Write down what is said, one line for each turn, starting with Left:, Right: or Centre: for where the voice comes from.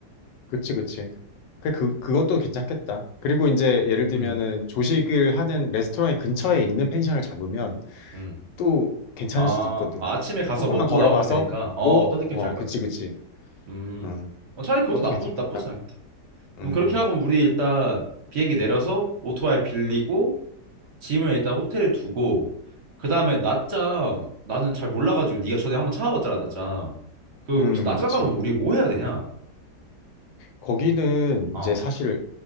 Left: 그치, 그치. 그, 그, 그것도 괜찮겠다. 그리고 이제 예를 들면은
Right: 음
Left: 조식을 하는 레스토랑의 근처에 있는 펜션을 잡으면
Right: 음.
Left: 또 괜찮을
Right: 아
Left: 수도 있거든.
Right: 아, 아침에 가서
Left: 조금만
Right: 먹고
Left: 걸어가서
Right: 나오면 되니까.
Left: 먹고,
Right: 어 어떤 느낌인지
Left: 어,
Right: 알 것
Left: 그치,
Right: 같아.
Left: 그치.
Right: 음.
Left: 음,
Right: 어, 차라리 그것도
Left: 그것도
Right: 나쁘
Left: 괜찮겠다.
Right: 나쁘진 않겠다. 그럼
Left: 응응.
Right: 그렇게 하고 우리 일단 비행기 내려서 오토바이 빌리고 짐을 일단 호텔에 두고 그 다음에 낮장 나는 잘 몰라가지고 네가 전에 한번 찾아봤잖아 낮장 그
Left: 음,
Right: 혹시 낮장
Left: 그치.
Right: 가면 우리 뭐 해야 되냐?
Left: 거기는
Right: 어,
Left: 이제 사실